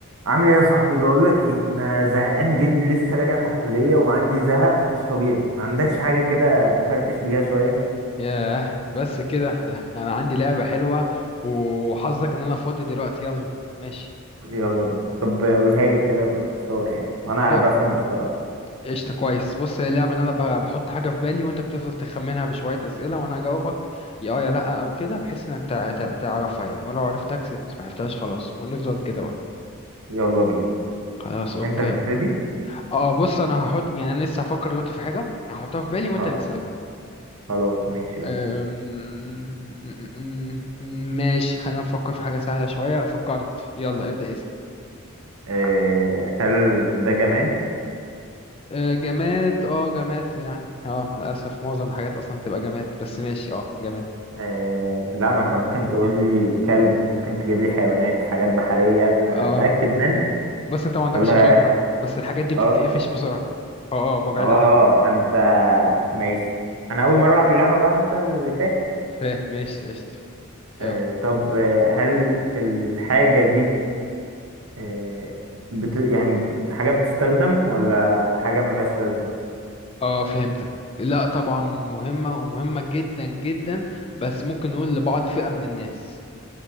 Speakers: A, on the right (about 75°); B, on the left (about 25°).
A: عامل ايه يا صاحبي بقول لك ان زهقان جدا لسه راجع من الكليه وعندي زهق مش طبيعي ما عندكش حاجه كده نفرفش بيها شويه
B: ياه بس كده <laughs> انا عندي لعبة حلوة وحظك ان انا فاضي دلوقتي يلا ماشي
A: يلا بينا طب قولها لي كده باختصار يعني وانا
B: ب...
A: بفهم بسرعه
B: قشطة كويس بص هي اللعبة ان انا ب- بحط حاجة في بالي وانت بتفضل تخمنها بشوية اسئلة وانا اجاوبك يا اه يا لا او كده بحيث انك تع- تع- تعرفها يعني ولو عرفتها كسبت ما عرفتهاش خلاص ونفضل كده بقى
A: يلا بينا
B: خلاص اوكي
A: انت هتبتدي
B: اه بص انا هحط يعني انا لسه هفكر دلوقتي في حاجة هحطها في بالي وانت
A: اه
B: اللي تسألني
A: خلاص ماشي يلا
B: أم... م- م- م- ماشي خلينا نفكر في حاجة سهلة شوية فكرت يلا ابدأ اسأل
A: أه هل ده جماد
B: آه، جماد اه جماد يعني اه للأسف معظم الحاجات أصلا بتبقى جماد بس ماشي اه جماد
A: أه لا ما انت ممكن تقول لي كلب ممكن تجيب لي حيوانات حاجات بحريه فاتاكد
B: اه
A: منك
B: بس انت ما عندكش
A: ولا
B: خبرة بس الحاجات دي بتتقفش
A: اه
B: بسرعة فاه ببعد
A: اه
B: عنها
A: فانت ماشي انا اول مره العب اللعبه بقى انت اللي فاهم
B: فاهم ماشي قشطة
A: آه،
B: يلا
A: طب آه، هل الحاجة دي آه، بت... يعني حاجة بتستخدم ولا حاجة ملهاش لازمة
B: اه فهمتك لا طبعا مهمة ومهمة جدا جدا بس ممكن نقول لبعض فئة من الناس